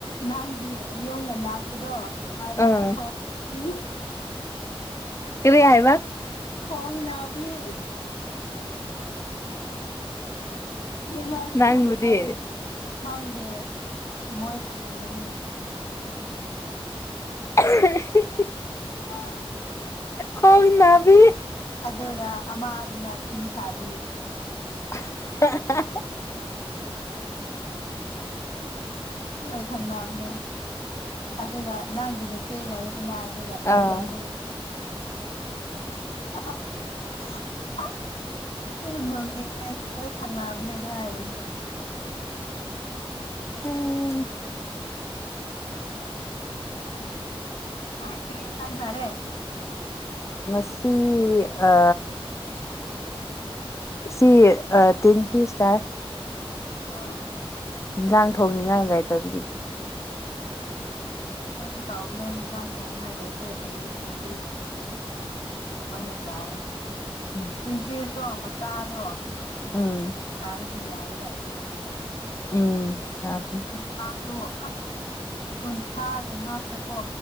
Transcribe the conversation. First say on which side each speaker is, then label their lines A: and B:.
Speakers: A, on the left (about 70°); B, on the left (about 30°).
A: ꯅꯪꯒꯤ ꯑꯌꯣꯒ ꯅꯥꯛꯄꯗꯣ ꯃꯥ
B: ꯑꯥ
A: ꯅꯥ ꯈꯣꯡꯄꯤ
B: ꯀꯔꯤ ꯍꯥꯏꯕ
A: ꯈꯣꯡ ꯅꯕꯤ <unintelligible>
B: ꯅꯪꯕꯨꯗꯤ
A: ꯈꯪꯗꯦ ꯃꯣꯏ ꯈꯪꯉꯝꯕꯅꯤ
B: <unintelligible>
A: <unintelligible>
B: ꯍꯛ ꯅꯅꯥꯕꯤ
A: ꯑꯗꯨꯒ ꯑꯃꯥꯗꯨꯅ ꯐꯤ ꯁꯥꯕꯤ
B: <unintelligible>
A: ꯂꯣꯏ ꯈꯪꯅꯕꯅꯦ ꯑꯗꯨꯒ ꯅꯪꯒꯤꯅ ꯆꯦ ꯂꯥꯛꯏꯗꯅ
B: ꯑꯥ
A: ꯖꯥꯔꯗ ꯂꯩ <inaudible> ꯌꯥꯝ ꯅꯧꯅꯤꯡꯅꯦ ꯅꯣꯏ ꯈꯪꯅꯕꯅꯦ ꯑꯗꯨ ꯍꯥꯏꯔꯅꯦ
B: ꯑꯎ
A: ꯀꯔꯤ ꯍꯦꯟꯁꯥꯡ ꯆꯥꯔꯦ
B: ꯃꯁꯤ ꯑ ꯁꯤ ꯇꯤꯟ ꯐꯤꯁ ꯆꯥꯏ
A: ꯑꯥ
B: ꯏꯟꯖꯥꯡ ꯊꯣꯡꯅꯤꯡꯉꯥꯏ ꯂꯩꯥꯏꯇꯕꯒꯤ
A: ꯑꯩꯈꯣꯏꯁꯨ ꯇꯧꯕꯅꯦ ꯏꯟꯖꯥꯡ ꯊꯣꯡꯅꯤꯉꯥꯏ ꯂꯩꯇꯦ ꯍꯥꯏꯔꯗꯤ ꯇꯤꯟ ꯄꯤꯁ ꯍꯣꯏꯅꯦ ꯆꯥꯔꯦ
B: ꯎꯝ
A: ꯇꯤꯐꯦꯁꯇꯣ ꯃꯆꯥꯗꯣ
B: ꯎꯝ
A: ꯆꯥꯗꯗꯤ ꯌꯥꯏꯌꯦꯕ ꯏꯈꯣꯏꯅꯤꯒꯤꯗꯤ
B: ꯎꯝ ꯌꯥꯕ
A: ꯌꯦꯟꯁꯥꯡꯁꯨ ꯑꯁ ꯀꯨꯟꯊ꯭ꯔꯥꯒꯤ ꯉꯥꯛꯇ ꯀꯣ